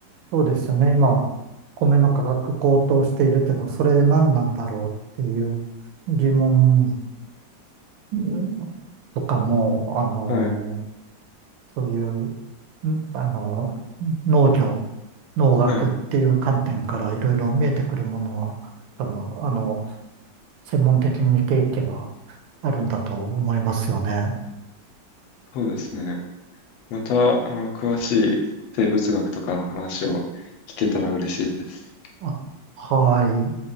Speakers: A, on the right (about 80°); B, on the left (about 80°).
A: そうですよね。今、米の価格高騰しているけど、それ何なんだろうっていう疑問んとかも、あの、
B: <laughs> はい。
A: そういう、んあの、農業、農学っていう観点からいろいろ見えてくるものは、
B: はい。
A: 多分、あの、専門的に見ていけばあるんだと思いますよね。
B: そうですね。また、あの、詳しい生物学とかの話を聞けたら嬉しいです。
A: あ、はい。